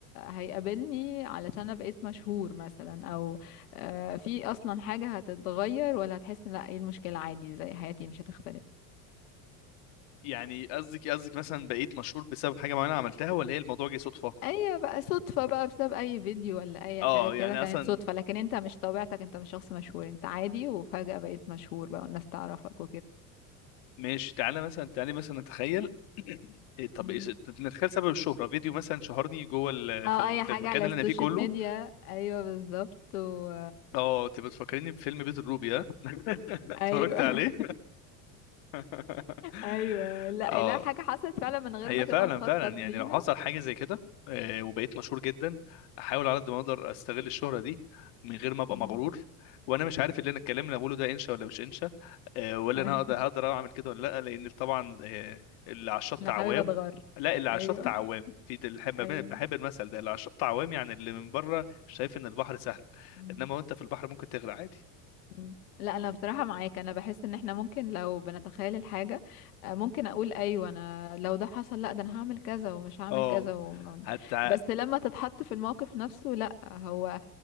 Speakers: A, on the left; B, on the left.
A: هيقابلني علشان انا بقيت مشهور مثلا او آه، في اصلا حاجة هتتغير ولا هتحس ان لا ايه المشكلة عادي زي حياتي مش هتختلف
B: يعني قصدك قصدك مثلا بقيت مشهور بسبب حاجة معينة عملتها ولا هي الموضوع جه صدفة؟
A: اي بقى صدفة بقى بسبب اي فيديو ولا اي
B: اه
A: حاجة كده
B: يعني
A: كانت
B: اصلا
A: صدفة لكن انت مش طبيعتك انت مش شخص مشهور انت عادي وفجأة بقيت مشهور بقى والناس تعرفك
B: ماشي تعالى مثلا تعالى مثلا نتخيل <coughs> <clears throat> إيه، طب
A: وكده
B: إيه نتخيل سبب الشهرة فيديو مثلا شهرني جوه ال...
A: او
B: في ال-
A: اي
B: في
A: حاجة
B: المكان
A: على
B: اللي
A: السوشيال
B: انا فيه كله
A: ميديا ايوه بالظبط و
B: اه تبقى بتفكريني بفيلم بيت الروبي ها <laughs> اتفرجت
A: ايوه
B: عليه
A: <laughs>
B: <laughs>
A: ايوه لا
B: اه
A: لا حاجة حصلت فعلا من غير
B: هي
A: ما تبقى
B: فعلا
A: مخطط
B: فعلا يعني
A: ليها
B: لو حصل حاجه زي كده آه، وبقيت مشهور جدا احاول على قد ما اقدر استغل الشهره دي من غير ما ابقى
A: أمم.
B: مغرور وانا مش عارف اللي انا الكلام اللي أنا بقوله ده انشا ولا مش انشا آه، ولا
A: ايوه
B: انا هقدر هقدر اعمل كده ولا لا لان طبعا آه، اللي على الشط
A: انا
B: عوام
A: حابب اتغر
B: لا اللي على
A: ايوه
B: الشط عوام في دل- بحب
A: ايوه
B: بحب المثل ده اللي على الشط عوام يعني اللي من بره شايف ان البحر سهل
A: أمم.
B: انما وانت في البحر ممكن تغرق عادي
A: أمم. لا انا بصراحة معاك انا بحس ان احنا ممكن لو بنتخيل الحاجة آه، ممكن اقول ايوه انا لو ده حصل لا ده انا هعمل كذا ومش هعمل
B: اه
A: كذا و...
B: حتى
A: بس لما تتحط في الموقف نفسه لا هو